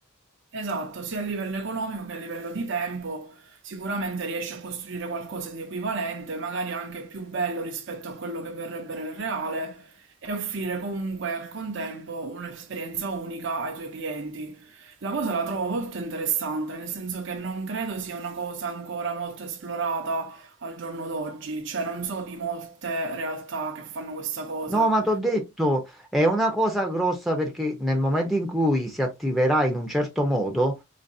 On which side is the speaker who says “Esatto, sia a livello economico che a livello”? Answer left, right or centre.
Right